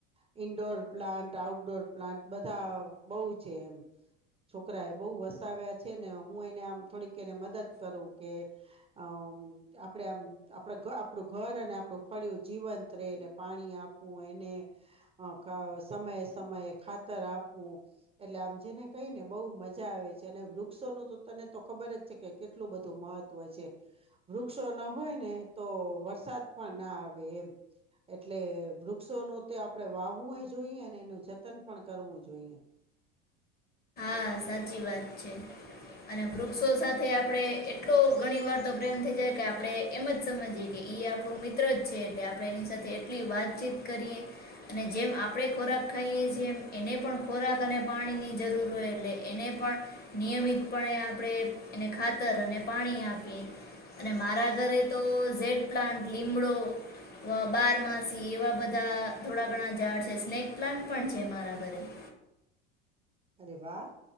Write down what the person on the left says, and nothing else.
હા સાચી વાત છે. અને વૃક્ષો સાથે આપડે એટલો ઘણી વાર તો પ્રેમ થઇ જાય કે આપડે એમ જ સમજીયે કે ઈ આપણું મિત્ર જ છે એટલે આપણે એની સાથે એટલી વાતચીત કરીએ અને જેમ આપડે ખોરાક ખાઈએ છીએ એમ એને પણ ખોરાક અને પાણી ની જરૂર હોય એટલે એને પણ નિયમિતપણે આપણે એને ખાતર અને પાણી આપીયે અને મારા ઘરે તો ઝેડ પ્લાન્ટ લીમડો બારમાસી એવા બધા થોડા ઘણા ઝાડ છે સ્નેક પ્લાન્ટ પણ છે મારા ઘરે <inaudible>